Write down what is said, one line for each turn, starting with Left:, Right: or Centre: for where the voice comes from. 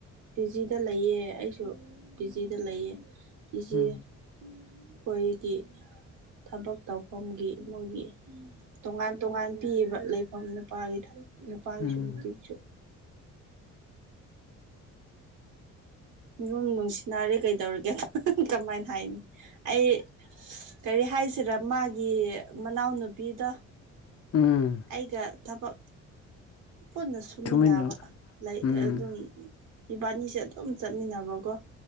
Right: ꯄꯤꯖꯤꯗ ꯂꯩꯌꯦ ꯑꯩꯁꯨ ꯄꯤ ꯖꯗ ꯂꯩꯌꯦ ꯄꯤ ꯖꯤ
Left: ꯎꯝ
Right: ꯑꯩꯈꯣꯏꯒꯤ ꯊꯕꯛ ꯇꯧꯐꯝꯒꯤ ꯃꯣꯏꯒꯤ ꯇꯣꯉꯥꯟ ꯇꯣꯉꯥꯟ ꯄꯤꯕ ꯂꯩꯐꯝ ꯅꯨꯄꯥꯒꯤꯗ ꯅꯨꯄꯥꯒꯤꯁꯨ
Left: ꯎꯝ
Right: ꯅꯨꯄꯤꯒꯤꯁꯨ ꯨꯌꯨꯝ ꯅꯨꯡꯁꯤ ꯅꯥꯔꯤ ꯀꯩꯗꯧꯔꯒꯦ ꯀꯃꯥꯏꯅ ꯍꯥꯏꯅꯤ ꯑꯩ ꯀꯔꯤ ꯍꯥꯏꯁꯤꯔ ꯃꯥꯒꯤ ꯃꯅꯥꯎꯅꯨꯄꯤꯗꯣ
Left: ꯎꯝ
Right: ꯑꯩꯒ ꯊꯕꯛ ꯄꯨꯟꯅ ꯁꯨꯃꯤꯟꯅꯕ
Left: ꯇꯨꯃꯤꯟꯅ
Right: ꯂꯩ
Left: ꯎꯝ
Right: ꯑꯗꯨꯝ ꯏꯕꯥꯅꯤꯁꯦ ꯑꯗꯨꯝ ꯆꯠꯃꯤꯟꯅꯕꯀꯣ